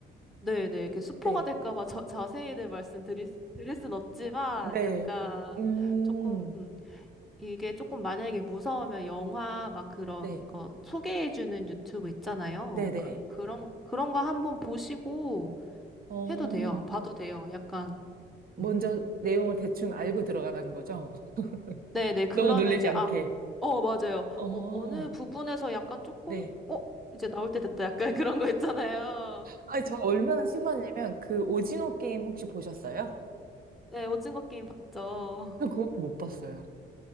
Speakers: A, in the centre; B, on the right.
A: 네, 네, 이렇게 스포가
B: 네.
A: 될까봐 자세히는 말씀드릴, 수- 드릴 순 없지만,
B: 네.
A: 약간,
B: 음,
A: 조금, 이게 조금 만약에 무서우면 영화 막 그런
B: 네.
A: 거 소개해주는 유튜브 있잖아요.
B: 네네.
A: 그, 그런, 그런 거 한번 보시고
B: 어,
A: 해도 돼요. 봐도 돼요. 약간.
B: 먼저
A: 음.
B: 내용을 대충 알고 들어가라는 거죠? <laughs>
A: 네네. 그러면
B: 너무 놀라지
A: 이제,
B: 않게.
A: 아, 어, 맞아요.
B: 어,
A: 어, 어느 부분에서 약간 조금,
B: 네.
A: 어, 이제 나올 때 됐다. 약간 <laughs> 그런 거 있잖아요.
B: 아니, 저 얼마나 심하냐면, 그 오징어 게임 혹시 보셨어요?
A: 네, 오징어 게임 봤죠.
B: 저 그것도 못 봤어요.